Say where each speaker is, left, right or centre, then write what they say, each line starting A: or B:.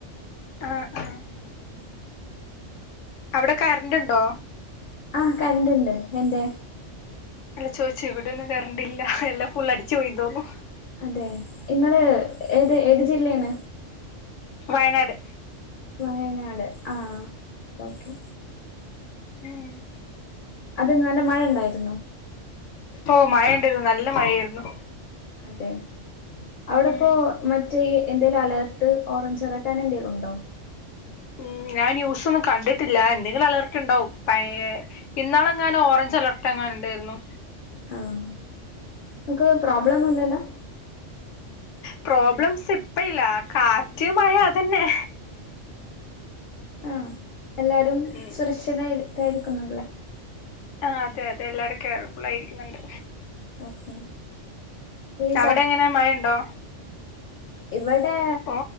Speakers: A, on the left (about 80°); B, on the left (about 55°).
A: ആഹ് ആഹ്
B: ഉം
A: അവ്ടെ കര്ന്റ്ണ്ടോ?
B: ആഹ് കറന്റ് ഉണ്ട് എന്തേ
A: അല്ല ചോയ്ച്ചു ഇവിടെ ഒന്നും കറണ്ട്ല്ല എല്ലാം ഫുൾ അടിച്ച്പോയീന്ന് തോന്ന്ണു
B: അതെ ഇങ്ങള് ഏത് ഏത് ജില്ലേണ്
A: വയനാട്
B: വയനാട് ആഹ് ഓക്കെ
A: ഏഹ്
B: അത് ഇങ്ങനെ മഴ ഇണ്ടായിരിന്നോ
A: ഓഹ് മഴ ഇണ്ടയ്ര്ന്നു നല്ല മഴയാര്ന്നു
B: അതെ അവ്ടെപ്പോ
A: ഉം
B: മറ്റേഈ എന്തേലും അലർട്ട് ഓറഞ്ച് അലർട്ട് ആനെ എന്തെലും ഉണ്ടോ
A: ഉം ഞാൻ ന്യൂസ്ഒന്നും കണ്ട്ട്ടില്ല എന്തെങ്കിലും ഒര് അലർട്ട് ഇണ്ടാവും പഴേ ഇന്നാളെങ്ങനെ ഓറഞ്ച് അലർട്ട് എങ്ങാനും ഇണ്ടേയ്ര്ന്നു
B: ആഹ് ഇക്ക് പ്രോബ്ലം ഒന്നുംല്ലല്ലോ
A: പ്രോബ്ലംസ് ഇപ്പയില്ല കാറ്റ് മഴ അതന്നെ
B: ആഹ് എല്ലാരും
A: ഉം
B: സുരക്ഷിതായിരിക്കായിരിക്കുന്നുല്ലേ
A: ആഹ് അതെ അതെ എല്ലാരും കെയർഫുൾ ആയിരിക്കുന്ന്ണ്ട്
B: ഓക്കെ ഈ
A: അവിടെ എങ്ങനെ മഴയുണ്ടോ
B: ഇവടെ
A: ഓ